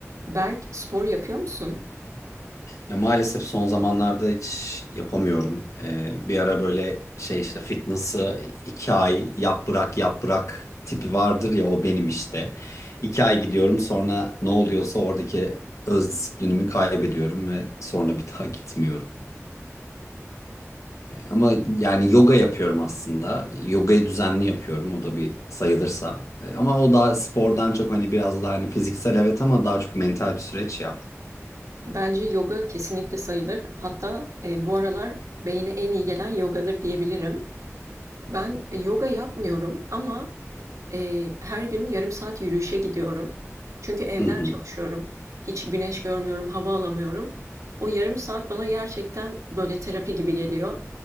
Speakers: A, on the right; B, on the left.
A: Berk, spor yapıyor musun?
B: Ya maalesef son zamanlarda hiç yapamıyorum. Ee, bir ara böyle şey işte fitness'ı iki ay yap bırak yap bırak tipi vardır ya o benim işte. İki ay gidiyorum sonra ne oluyorsa oradaki öz disiplinimi kaybediyorum ve sonra bir daha <laughs> gitmiyorum. Ama yani yoga yapıyorum aslında. Yogayı düzenli yapıyorum o da bir sayılırsa. Ee, Ama o daha spordan çok hani biraz daha hani fiziksel evet ama daha çok mental bir süreç ya.
A: Bence yoga kesinlikle sayılır. Hatta e, bu aralar beyne en iyi gelen yogadır diyebilirim. Ben e, yoga yapmıyorum ama e, her gün yarım saat yürüyüşe gidiyorum. Çünkü evden
B: Hı hı.
A: çalışıyorum. Hiç güneş görmüyorum, hava alamıyorum. O yarım saat bana gerçekten böyle terapi gibi geliyor.